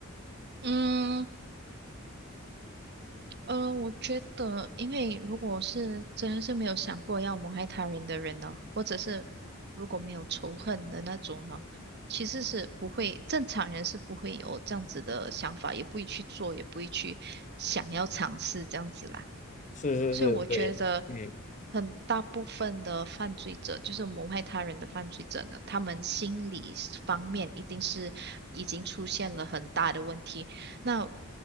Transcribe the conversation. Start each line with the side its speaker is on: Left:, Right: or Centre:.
Right: 嗯。呃，我觉得，因为如果是真的是没有想过要谋害他人的人呢，或者是如果没有仇恨的那种呢，其实是不会，正常人是不会有这样子的想法，也不会去做，也不会去想要尝试这样子啦。
Left: 是是是是，
Right: 所以我觉得
Left: 对，嗯，
Right: 很大部分的犯罪者，就是谋害他人的犯罪者呢，他们心理方面一定是已经出现了很大的问题。那